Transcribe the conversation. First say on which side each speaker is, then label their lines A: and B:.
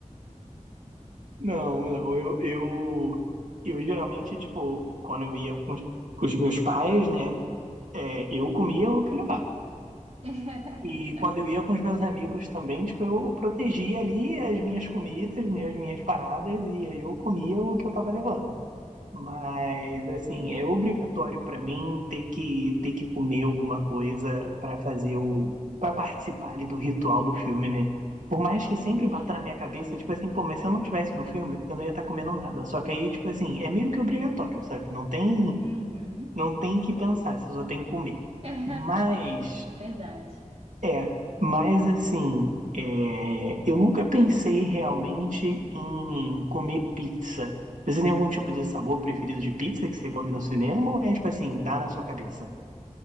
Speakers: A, on the right (about 75°); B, on the right (about 50°).
A: Não, não, eu, eu, eu geralmente, tipo, quando eu ia com, os com os meus pais, né, é, eu comia o que eu levava.
B: <laughs>
A: E quando eu ia com os meus amigos também, tipo, eu protegia ali as minhas comidas, né, as minhas paradas, e aí eu comia o que eu tava levando. Mas, assim, é obrigatório pra mim ter que, ter que comer alguma coisa pra fazer o... para participar ali do ritual do filme, né? Por mais que sempre
B: Sim.
A: bata na minha cabeça, tipo assim, pô, mas se eu não tivesse no filme, eu não ia estar comendo nada. Só que aí, tipo assim, é meio que obrigatório, sabe? Não tem,
B: Uhum.
A: não tem que pensar, você só tem que comer.
B: <laughs>
A: Mas...
B: Verdade.
A: É, mas assim, é, eu nunca pensei realmente em comer pizza. Você tem algum tipo de sabor preferido de pizza que você come no cinema ou é tipo assim, dá na sua cabeça?